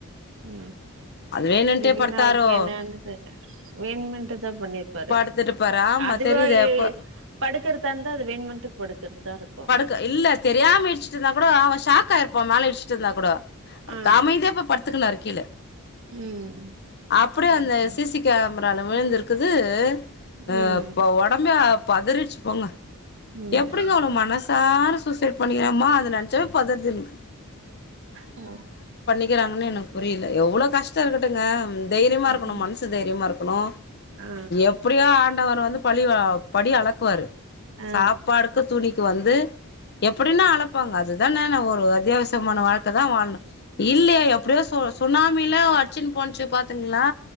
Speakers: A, on the right; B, on the left.
A: ம்
B: வேணுன்ட்டே
A: திடீர்னு
B: படுத்தாரோ
A: அவருக்கு என்னது வேண்மென்ட்டு தா பண்ணிருப்பாரு
B: பாடுத்துட்டு பற ஆமா
A: அதுவா
B: தெரியுது
A: எ
B: எப்ப
A: படுக்கறதா இருந்தா அது வேண்முட்டு படுக்கிறதுதா இருக்கு
B: க இல்ல தெரியாமயிடிச்சுட்டு இருந்தா கூட அவ ஷாக் ஆயி இருப்போ மேலேடிச்சுட்டு இருந்தா கூட
A: ஆ
B: அமைதியா போயி படுத்துக்குனாறு கீழே
A: ம்
B: அப்டியே
A: எஸ்
B: அந்த
A: சார்.
B: சி சி கேமரால விழுந்திருக்குது அ
A: ம்
B: ஒடம்பே பதிரிச்சு போங்க
A: ம்
B: எப்டிங்க அவ்ளவு மனசு தானு சூசைட் பண்ணிக்கிறமா அதை நெனச்சவே பதருது எனக்
A: ஓ
B: கிறாங்கன்னு எனக்கு புரியல எவ்ளோ கஷ்டோ இருக்கட்டுங்க ம் தைரியமா இருக்கணு
A: ம்.
B: மனசு தைரியமா இருக்கணு
A: ஆ
B: எப்ப டிடோ ஆண்டவரு வந்து பலிவ படி அளக்குவாரு
A: ஆ
B: சாப்பாடு க்க துணிக்கு வந்து எப்டின்னா அளப் பாங்க அதுதான ஒரு அத்தியாவசியமான வாழ்க்கை தா வாழணு இல்லையா எப்டியோ சுனாமியில அடிச்சுனு போனுச்சு பாத்துங்களா